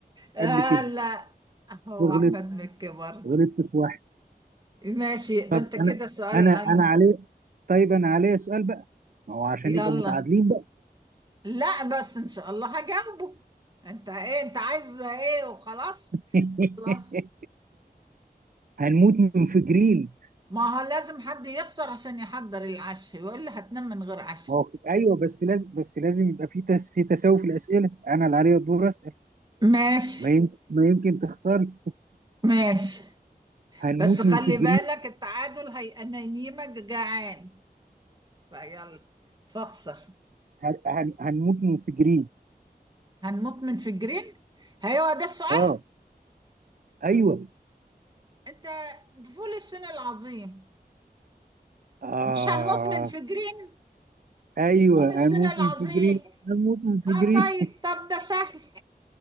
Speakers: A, on the right; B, on the right.
A: آه
B: قبل كده
A: لا هو
B: وغلطت
A: احمد مكي برضه
B: غلطت في واحد
A: ماشي يبقى
B: طب
A: انت كده
B: انا
A: سؤال
B: انا
A: هاني
B: انا عليه طيب انا عليه سؤال بقى ما هو عشان
A: يلا
B: يبقى متعادلين بقى
A: لا بس ان شاء الله هجنبه انت ايه انت عايز ايه وخلاص
B: <laughs>
A: خلاص
B: هنموت منفجرين
A: ما هو لازم حد يخسر عشان يحضر العشاء وإلا هتنام من غير عشاء
B: ما هو ايوه بس لازم بس لازم يبقى في تس... في تساوي في الاسئله انا اللي عليا الدور اسال
A: ماشي
B: ما يمكن ما يمكن تخسري
A: ماشي
B: هنموت
A: بس خلي
B: منفجرين
A: بالك التعادل هي انا ينيمك جعان فيلا فاخسر
B: هن... هن... هنموت منفجرين
A: هنموت من فجرين هيوا ده السؤال
B: اه ايوه
A: انت فول الصين العظيم
B: اه
A: مش هنموت من فجرين
B: ايوه
A: فول الصين
B: هنموت
A: العظيم
B: منفجرين هنموت منفجرين
A: اه طيب طب ده سهل